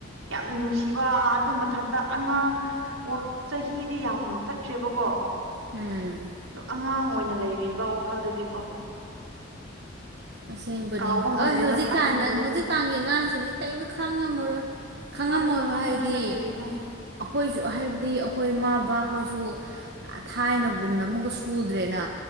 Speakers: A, on the right; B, on the right.
A: ꯌꯥꯝꯅ ꯅꯨꯡꯁꯤꯕ ꯑꯗꯨ ꯃꯊꯟꯇ ꯑꯉꯥꯡ ꯆꯍꯤꯗꯤ ꯌꯥꯝ ꯆꯠꯈ꯭ꯔꯦꯕꯀꯣ
B: ꯎꯝ
A: ꯑ ꯑꯉꯥꯡ ꯑꯣꯏꯅ ꯩꯅ ꯂꯩꯔꯤꯕ ꯋꯥꯈꯜꯗꯗꯤꯀꯣ
B: ꯑꯁꯦꯡꯕꯅꯦ
A: ꯀꯥꯎꯕ ꯉꯝꯗꯦꯕ
B: ꯍ ꯍꯧꯖꯤꯛꯀꯥꯟ
A: ꯊꯥꯏꯅꯒꯤ
B: ꯅꯪ
A: ꯋꯥꯔꯤꯗꯣ
B: ꯍꯧꯖꯤꯛꯀꯥꯟꯒꯤ ꯑꯉꯥꯡꯁꯤꯡꯗꯤ ꯀꯔꯤꯝꯇ ꯈꯪꯉꯝꯃꯔꯣꯏ ꯈꯪꯉꯝꯃꯣꯏ
A: ꯍꯣꯏ ꯈꯪꯉꯝꯃꯔꯣꯏꯗ
B: ꯍꯥꯏꯗꯤ
A: ꯀꯔꯤꯅꯣ
B: ꯑꯩꯈꯣꯏꯁꯨ ꯍꯥꯏꯕꯗꯤ ꯑꯩꯈꯣꯏ ꯏꯃ ꯕꯥꯍꯣꯏꯁꯨ ꯊꯥꯏꯅꯒꯨꯝꯅ ꯑꯃꯨꯒ ꯁꯨꯗ꯭ꯔꯦꯅ